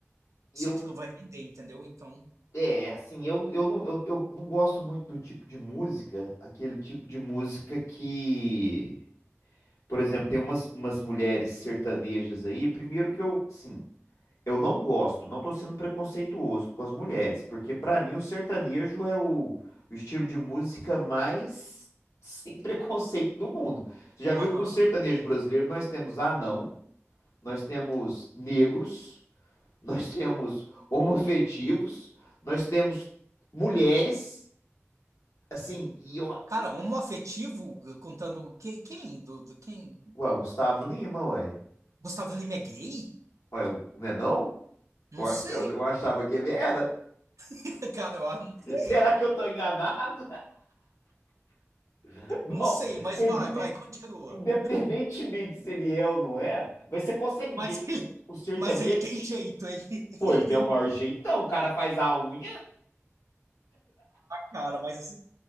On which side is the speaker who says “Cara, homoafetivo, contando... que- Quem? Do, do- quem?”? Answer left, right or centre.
Right